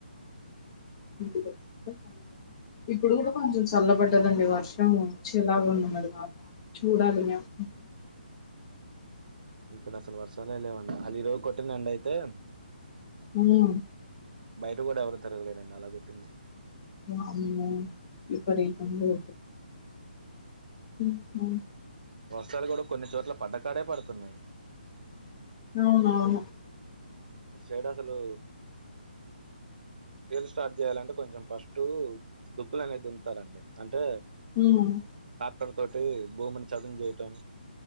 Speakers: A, on the left; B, on the right.
A: <inaudible> ఇప్పుడు కూడా కొంచెం చల్లబడ్డదం ఈ వర్షం వచ్చేలా ఉంది మరి వాతావరణం చూడాలి మేము
B: ఇక్కడసలు వర్షాలే లేవండి అది ఈ రోజు కొట్టినండి అయితే
A: అయ్యో
B: బయటగుడా ఎవరు తిరగలేరండి అలా కొట్టింది
A: వామ్మో విపరతంగా <unintelligible> ఉమ్హ
B: వర్షలు కూడా కొన్ని చోట్ల పడ్డకాడే పడుతున్నాయ్
A: అవునవును
B: ఇట్ సైడ్ అసలు చేల్ స్టార్ట్ చేయాలంటే కొంచెం ఫస్ట్ దుక్కులు అనేది దున్నుతారండి అంటే
A: మిగనా
B: అక్కడ తోటి భూమిని చదం చేయటం.